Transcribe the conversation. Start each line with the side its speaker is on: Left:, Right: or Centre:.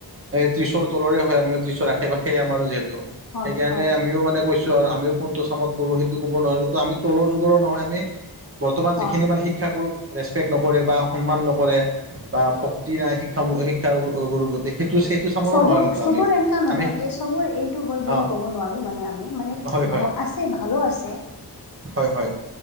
Right: এ ত্ৰিশৰ তলৰে হয় আমিও ত্ৰিশৰ আশে-পাশে আমাৰো যিহেতু
Left: হয়
Right: সেইকাৰণে
Left: হয় হয়
Right: আমিও মানে কৈছো। আমিও কোনটো চামত পঢো সেইটো ক'ব নোৱাৰো কিন্তু আমি তলৰ যুগৰো নহয় আমি বৰ্তমান
Left: হয়
Right: যিখিনি শি শিক্ষাগুৰুক ৰেচপেক্ট নকৰে বা সন্মান নকৰে। বা ভক্তি নাই শিক্ষা-শিক্ষা গুৰুৰ গতে সেইটো <unintelligible>
Left: চবৰ
Right: নহয় কিন্তু
Left: চবৰে
Right: আমি
Left: এনেকা নহয়
Right: আমি
Left: এই চবৰে এইটো হয় বুলি
Right: অঁ
Left: ক'ব নোৱাৰো মানে আমি মানে কি
Right: হয়
Left: হ আছে ভালো আছে।
Right: হয়-হয়